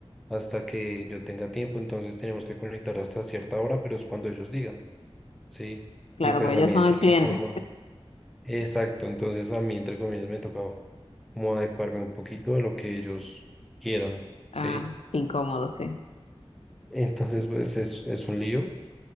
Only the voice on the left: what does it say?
claro,
porque
ellos
son
el cliente.
Ah, qué incómodo, sí.